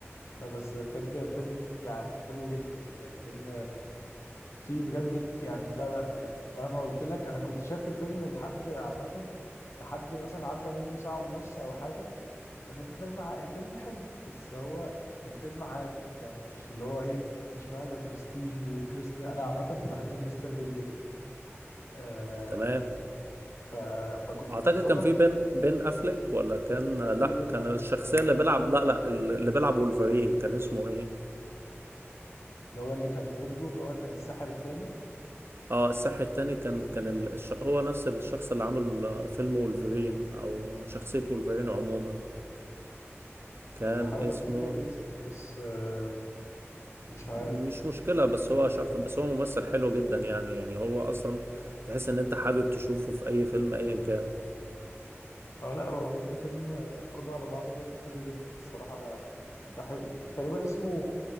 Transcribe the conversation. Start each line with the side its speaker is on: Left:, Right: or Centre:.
Left: لا بس بجد فيلم يعني حلو جدا يعني فيلم فيه بجد يعني لا لا يعني مهما قلت لك أنا كنت شايف الفيلم لحد عامة لحد مثلا عدى منه ساعة ونص أو حاجة انا شايف الفيلم ع... الفيلم حلو بس هو الفيلم عادي يعني مش اللي هو ايه مش بقى ده برستيج وكريستي انا عامه بحب كريستيان بيل جدا آه
Right: تمام
Left: ف... فكنت
Right: اعتقد
Left: بتفرج
Right: كان في بين بين افلك ولا كان
Left: كان
Right: لا
Left: في بين
Right: كان
Left: افريك
Right: الشخصية اللي بيلعب لا لا اللي بيلعب وولفرين كان اسمه ايه
Left: اللي هو اللي كان ضده اللي هو كان الساحر التاني
Right: اه الساحر التاني كان كان ال- الش... هو نفس الشخص اللي عمل فيلم وولفرين او شخصية وولفرين عموما كان
Left: آه، بحاول
Right: اسمه
Left: افتكر اسمه بس آه مش عارف
Right: مش مشكلة بس هو شخص بس هو ممثل حلو جدا يعني يعني هو أصلا تحس إن أنت حابب تشوفه في أي فيلم أيا كان
Left: اه لا هو بجد فيلم آه، كله على بعضه فيلم حلو جدا الصراحه انا بحب تقريبا اسمه